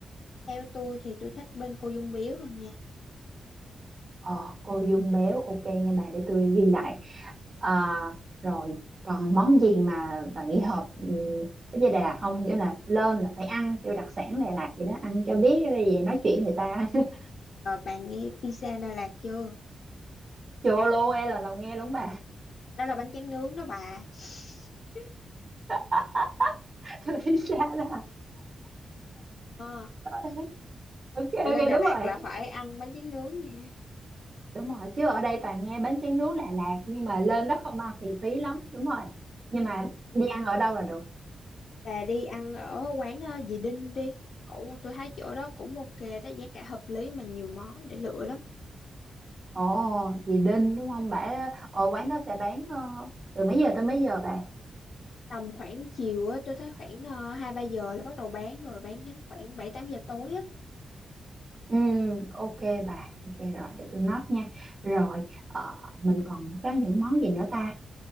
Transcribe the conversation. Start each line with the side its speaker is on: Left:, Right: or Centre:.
Left: theo tôi thì tôi thích bên cô Dung Biếu hơn nha
Right: ờ cô dung béo ok nha bà để tôi ghi lại à, rồi còn món gì mà bà nghĩ hợp ừ, với Đà Lạt không nghĩa là lên là phải ăn kiểu đặc sản Đà Lạt gì đó ăn cho biết cái gì nói chuyện người ta <laughs>
Left: Ờ, bạn nghe pizza Đà Lạt chưa
Right: chô lô e là đầu nghe luôn bà
Left: đó là bánh tráng nướng đó bà <laughs>
Right: <laughs> Tôi biết xa đó
Left: Ờ,
Right: <laughs> ok ok
Left: lên Đà
Right: đúng
Left: Lạt
Right: rồi
Left: là phải ăn bánh tráng nướng nha
Right: đúng rồi chứ ở đây toàn nghe bánh tráng nướng Đà Lạt nhưng mà lên đó không ăn thì phí lắm đúng rồi nhưng mà đi ăn ở đâu là được
Left: bà đi ăn ở quán ờ, dì Đinh đi cũng tôi thấy chỗ đó cũng ok đó giá cả hợp lý mà nhiều món để lựa lắm
Right: ồ dì Đinh đúng không bà ở quán đó sẽ bán ờ, từ mấy giờ tới mấy giờ bà
Left: tầm khoảng chiều á tôi thấy khoảng ờ, hai ba giờ là bắt đầu bán rồi bán đến khoảng bảy tám giờ tối á
Right: ừ ok bà ok rồi để tôi note nha rồi ờ, mình còn có những món gì nữa ta